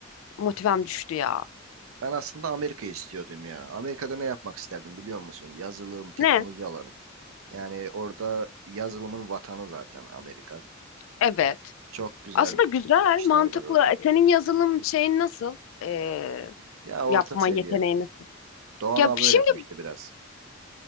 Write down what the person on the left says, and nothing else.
motivem düştü ya.
Ne?
Evet.
Aslında güzel,
mantıklı.
E, Senin yazılım şeyin nasıl? E,
yapma
yeteneği nasıl?
Ya
şimdi